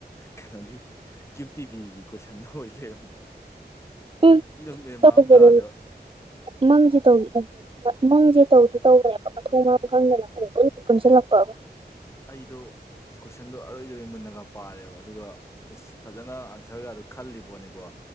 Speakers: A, on the left; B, on the right.
A: ꯀꯩꯅꯣꯒꯤ ꯀ꯭ꯌꯨ ꯇꯤꯚꯕꯤꯒꯤ ꯀꯣꯏꯁꯟ ꯑꯣꯏ ꯂꯩꯔꯝꯕ
B: ꯎꯝ
A: ꯃꯦ ꯃꯟ
B: ꯇꯧꯕꯅꯦ
A: ꯇꯥꯗ
B: ꯃꯪꯁꯦ ꯇꯧ ꯃꯪꯁꯦ ꯇꯧꯈꯤ ꯇꯧꯕꯅꯦꯕ ꯃꯊꯣꯡ ꯃꯔꯝ ꯈꯪꯗꯅ ꯄꯨꯡꯄꯨꯟ ꯄꯨꯟꯁꯤꯜꯂꯛꯄ ꯑꯃ
A: ꯑꯩꯗꯣꯀꯣꯜ ꯀꯣꯏꯁꯟꯗꯣ ꯑꯔꯣꯏꯖ ꯃꯨꯟꯅꯒ ꯄꯥꯔꯦꯕ ꯑꯗꯨꯒ ꯏꯁ ꯐꯖꯅ ꯑꯟꯁꯔꯒꯗ ꯈꯜꯂꯤꯕ ꯅꯤꯀꯣ